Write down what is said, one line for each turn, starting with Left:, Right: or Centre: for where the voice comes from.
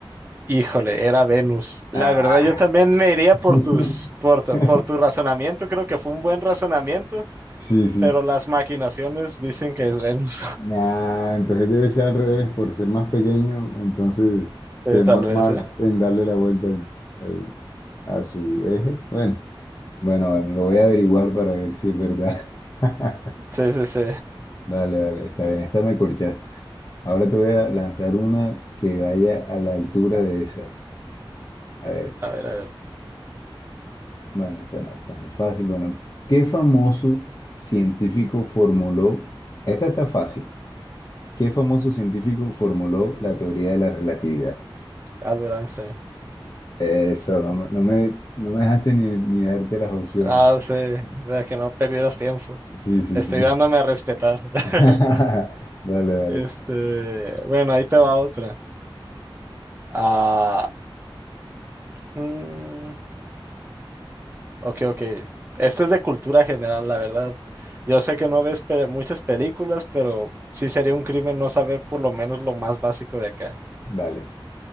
Right: Híjole, era Venus. La
Left: Ah.
Right: verdad, yo también me iría por
Left: <laughs>
Right: tus, por, tu- por tu razonamiento. Creo que fue un buen razonamiento,
Left: Sí, sí.
Right: pero las maquinaciones dicen que es Venus. <laughs>
Left: Nah, entonces debe ser al revés, por ser más pequeño, entonces
Right: Sí,
Left: se demora
Right: tal vez,
Left: más
Right: ¿eh?
Left: en darle la vuelta al, a su eje. Bueno, bueno, bueno, lo voy a averiguar para ver si es verdad. <laughs>
Right: Sí, sí, sí.
Left: Dale, dale, está bien, esta me corchaste. Ahora te voy a lanzar una que vaya a la altura de esa. A ver,
Right: A ver, a ver.
Left: bueno, esta no, esta es muy fácil. Bueno, ¿qué famoso científico formuló? Esta está fácil. ¿Qué famoso científico formuló la teoría de la relatividad?
Right: Albert Einstein.
Left: Eso, no, me, no me no me dejaste ni, ni darte las opciones.
Right: Ah, sí.
Left: <laughs>
Right: Para que no perdieras tiempo.
Left: Sí, sí,
Right: Estoy
Left: sí.
Right: dándome a respetar. <laughs>
Left: <laughs> Dale, dale,
Right: Este, bueno, ahí te va otra. Ah, mm, ok, ok. Esta es de cultura general, la verdad. Yo sé que no ves pe- muchas películas, pero sí sería un crimen no saber por lo menos lo más básico de acá.
Left: dale.